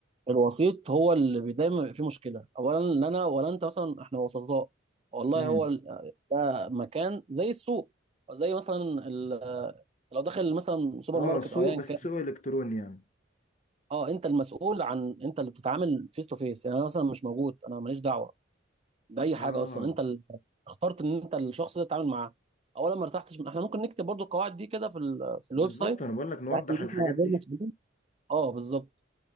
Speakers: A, on the right; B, on the left.
A: الوسيط هو اللي بي- دايما بيبقى فيه مشكله اولا لا انا ولا انت مثلا احنا وسطاء والله
B: امم
A: هو ال- آه، ده مكان زي السوق أو زي مثلا ال- آه، لو داخل مثلا سوبر
B: اه
A: ماركت
B: سوق
A: او ايا
B: بس
A: كان
B: سوق الكتروني يعني
A: اه انت المسؤول عن انت اللي بتتعامل فيس تو فيس يعني انا مثلا مش موجود انا ماليش دعوه باي
B: اه
A: حاجه اصلا انت اللي اخترت ان انت الشخص ده تتعامل معاه اولا ما ارتحتش احنا ممكن نكتب برضو القواعد دي كده في ال... في الويب
B: بالظبط
A: سايت
B: انا بقول لك نوضح
A: بحيث ان
B: الحاجات
A: احنا
B: دي
A: غير مسؤولين اه بالظبط